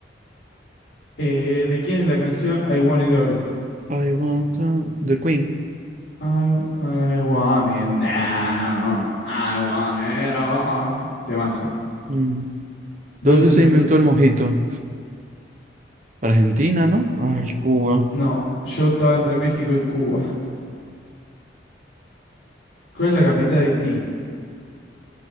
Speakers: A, on the left; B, on the right.
A: Eh, ¿de quién es la canción I Want It All?
B: I want to- The Queen.
A: I, I want it now. I want it all. Temazo.
B: Mm.
A: ¿Dónde
B: ¿Dónde
A: se
B: se
A: inventó
B: inventó
A: el mojito?
B: el mojito? Argentina, ¿no? Ay, Cuba.
A: No, yo estaba entre México y Cuba. ¿Cuál es la capital de Haití?